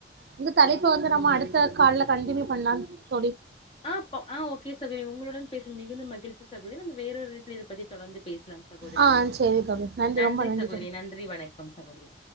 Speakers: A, on the right; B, on the left.
A: இந்த தலைப்ப வந்து நம்ம அடுத்த கால்ல கண்டினியூ பண்ணலா தோழி
B: ஆ போ ஆ ஓகே சகோதரி உங்களுடன் பேசுனது மிகுந்த மகிழ்ச்சி சகோதரி நம்ம வேறொரு இணைப்புல இதப்பத்தி தொடந்து பேசலா சகோதரி
A: ஆ சரி தோழி
B: நன்றி
A: ரொம்ப
B: சகோதரி
A: தோழி
B: நன்றி வணக்கம் சகோதரி